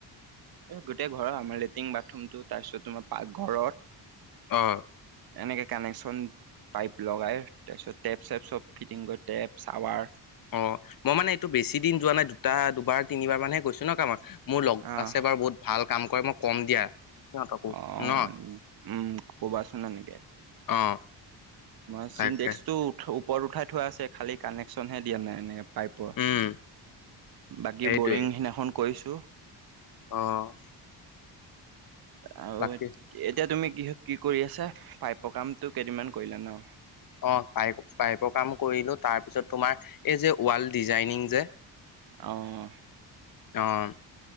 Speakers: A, on the right; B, on the left.
A: এ, গোটেই ঘৰৰ আমাৰ লেট্ৰিন বাথৰুমটো তাৰপিছত তোমাৰ পাক ঘৰত
B: অ
A: এনেকে কানেকচন পাইপ লগাই তাৰপিছত টেপ চেপ চব ফিটিং কৰি, টেপ চাৱাৰ
B: অ' মই মানে এইটো বেছি দিন যোৱা নাই, দুটা দুবাৰ তিনিবাৰ মানেহে গৈছোঁ ন' কামাক। মোৰ লগ
A: আহ
B: আছে বাৰু বহুত ভাল কাম কৰে, মই কম দিয়া। সিহঁতকো
A: অ'
B: ন
A: উম, কবাচোন এনেকে।
B: অ
A: মই চিডেক্সটো
B: তাকে
A: উঠ ওপৰত উঠাই থোৱা আছে খালি কানেকশচনহে দিয়া নাই এনেক পাইপৰ,
B: উম
A: বাকী
B: সেইটোৱে
A: বৰিং সিদিনাখন কৰিছোঁ।
B: অ'।
A: আৰু
B: বাকী
A: এতিয়া তুমি কি কি কৰি আছা, পাইপৰ কামতটো কেইদিনমান কৰিলা ন'।
B: অ' পাইপ পাইপৰ কাম কৰিলোঁ, তাৰপিছত তোমাৰ এই যে ৱাল ডিজাইনিং যে
A: অ'।
B: অ'।